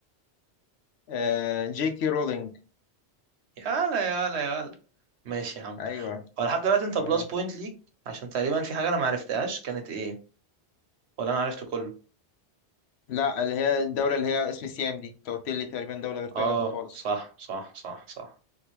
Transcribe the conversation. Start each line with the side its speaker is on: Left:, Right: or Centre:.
Left: آه جي كي رولينج
Right: يلا يلا يلا ماشي يا عم
Left: ايوه
Right: هو لحد دلوقتي انت
Left: تمام
Right: بلس بوينت ليك عشان تقريبا في حاجه انا ما عرفتهاش كانت ايه ولا انا عرفت كله
Left: لا اللي هي الدولة اللي هي اسم سيام دي انت قلت لي تقريبا دولة غير تايلاند
Right: اه
Left: خالص
Right: صح صح صح صح